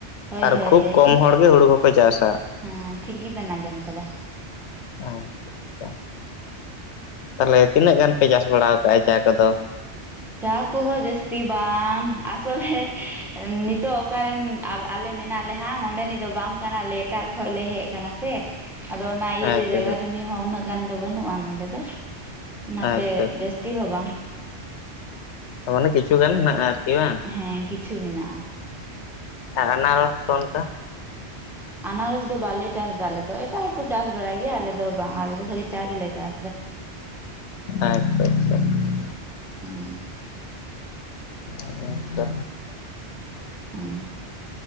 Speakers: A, in the centre; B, on the left.
A: ᱦᱳᱭ
B: ᱟᱨ
A: ᱦᱳᱭ
B: ᱠᱷᱩᱵ
A: ᱦᱳᱭ
B: ᱠᱚᱢ
A: ᱴᱷᱤᱠ
B: ᱦᱚᱲᱜᱮ ᱦᱩᱲᱩ ᱠᱚᱠᱚ ᱪᱟᱥᱟ᱾
A: ᱦᱮᱸ ᱴᱷᱤᱠ ᱜᱮᱵᱮᱱ ᱟᱸᱡᱚᱢ ᱟᱠᱟᱫᱟ
B: ᱟᱪᱷᱟ ᱟᱪᱪᱷᱟ ᱾ ᱛᱟᱦᱚᱞᱮ ᱛᱤᱱᱟᱹᱜ ᱜᱟᱱ ᱯᱮ ᱪᱟᱥ ᱵᱟᱲᱟ ᱟᱠᱟᱜᱼᱟ ᱪᱟ ᱠᱚᱫᱚ?
A: ᱪᱟ ᱠᱚᱦᱚᱸ ᱡᱟᱹᱥᱛᱤ ᱵᱟᱝ ᱟᱥᱚᱞᱮ ᱱᱤᱛᱚᱜ ᱚᱠᱟᱨᱮᱱ ᱼᱼ ᱟᱞᱮ ᱢᱮᱱᱟᱜ ᱞᱮ ᱦᱟᱜ ᱚᱸᱰᱮᱱᱤᱡ ᱫᱚ ᱵᱟᱝ ᱠᱟᱱᱟᱞᱮ ᱮᱴᱟᱜ ᱠᱷᱚᱡ ᱞᱮ ᱦᱮᱡ ᱠᱟᱱᱟ᱾ ᱥᱮ ᱟᱫᱚ ᱚᱱᱟ ᱤᱭᱟᱹᱛᱮ
B: ᱟᱪᱪᱷᱟ
A: ᱡᱟᱭᱜᱟ ᱡᱚᱢᱤ ᱦᱚᱸ ᱩᱱᱟᱹᱜ ᱜᱟᱱ ᱫᱚ ᱵᱟᱹᱱᱩᱜᱼᱟ ᱱᱚᱰᱮ ᱫᱚ᱾ ᱚᱱᱟᱛᱮ
B: ᱟᱪᱪᱷᱟ ᱟᱪᱪᱷᱟ
A: ᱡᱟᱹᱥᱛᱤ ᱦᱚᱸ ᱵᱟᱝ ᱾
B: ᱚ ᱢᱟᱱᱮ ᱠᱤᱪᱩ ᱜᱟᱱ ᱢᱮᱱᱟᱜ-ᱟ ᱟᱨᱠᱤ ᱵᱟᱝ?
A: ᱦᱮᱸ ᱠᱤᱪᱷᱩ ᱢᱮᱱᱟᱜᱼᱟ᱾
B: ᱟᱱᱟᱨᱚᱥ ᱠᱚ ᱚᱱᱠᱟ?
A: ᱟᱱᱟᱨᱚᱥ ᱫᱚ ᱵᱟᱞᱮ ᱪᱟᱥ ᱮᱫᱟ ᱟᱞᱮ ᱫᱚ ᱮᱴᱟᱜ ᱦᱚᱲ ᱠᱚ ᱪᱟᱥ ᱵᱟᱲᱟᱭ ᱜᱮᱭᱟ ᱟᱞᱮ ᱫᱚ ᱵᱟᱝ, ᱟᱞᱮ ᱫᱚ ᱠᱷᱟᱹᱞᱤ ᱪᱟ ᱜᱮᱞᱮ ᱪᱟᱥ ᱮᱫᱟ᱾
B: ᱟᱪᱪᱷᱟ ᱟᱪᱪᱷᱟ ᱾
A: ᱦᱮᱸᱼᱼ
B: ᱟᱪᱪᱷᱟ
A: ᱦᱮᱸ ᱾